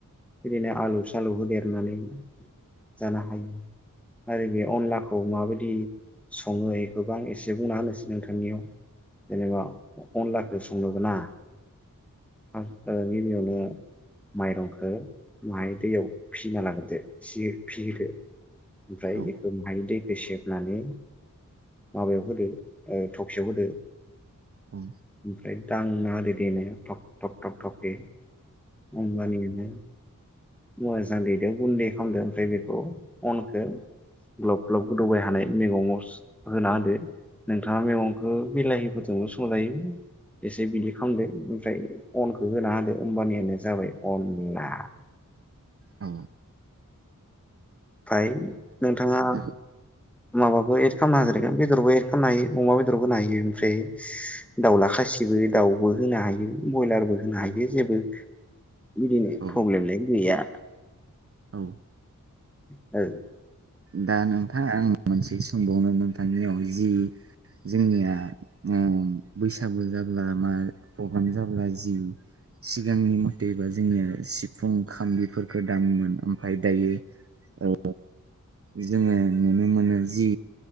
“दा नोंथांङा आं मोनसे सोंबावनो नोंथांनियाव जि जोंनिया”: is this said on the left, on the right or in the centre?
Right